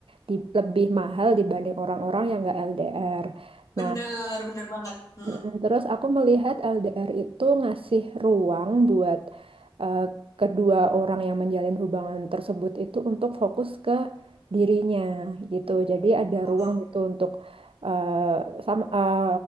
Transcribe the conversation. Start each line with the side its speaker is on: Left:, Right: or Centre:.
Right: di- lebih mahal dibanding orang-orang yang nggak LDR.
Left: bener
Right: Nah,
Left: bener banget. Mm-mm.
Right: Mm, Terus aku melihat LDR itu ngasih ruang buat eh, kedua orang yang menjalin hubungan tersebut itu untuk fokus ke dirinya gitu. Jadi ada
Left: Oh.
Right: ruang gitu untuk eh, sama eh,